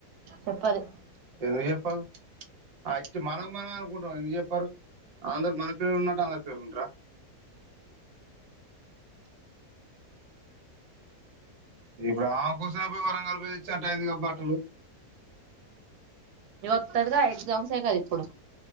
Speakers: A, on the right; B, on the right.
A: చెప్పదు
B: ఎందుకు చెప్పావ్ అస్తు మనం మనమ్ చెప్పారు అందరి మన పిల్లలు ఉన్న ట్టు అందరి పిల్లలు ఉంటార ఇప్పుడు ఆమె కోసం పోయి వరంగలి పోయి తెచ్చంట అయింది కాబ బట్టలు
A: వత్తాదిగా ఎగ్జామ్సే కద ఇప్పుడు